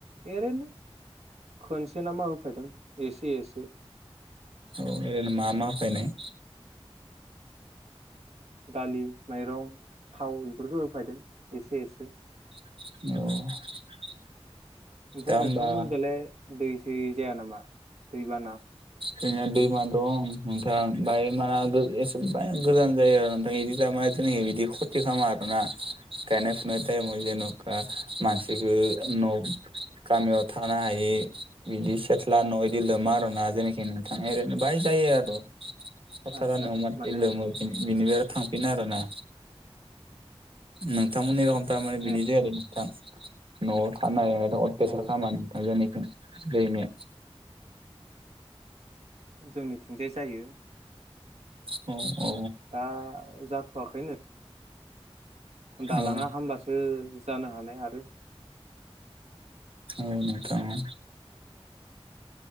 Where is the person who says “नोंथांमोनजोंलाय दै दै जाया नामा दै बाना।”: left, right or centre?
Right